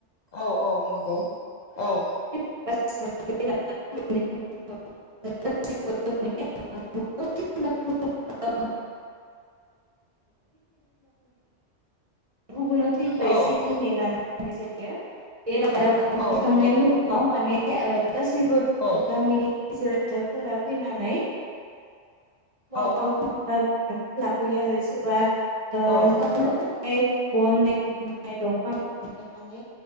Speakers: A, on the left; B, on the right.
A: औ औ नंगौ औ
B: <inaudible> <inaudible> <inaudible> गुबुनाव थैब्ला
A: औ
B: एसे नेनानै होननाय जायो। बे गारहैखांनायनि
A: औ नंगौ
B: उनाव माने ओ गासैबो
A: औ
B: गामिनि रायजो-राजाफोरा फैनानै गावबा
A: औ
B: गाव बिबानखौ लाफैयो आरो सोरबा ओ गावबा
A: औ
B: गाव हाय बन नागिरनाय, दंफां दाननाय माने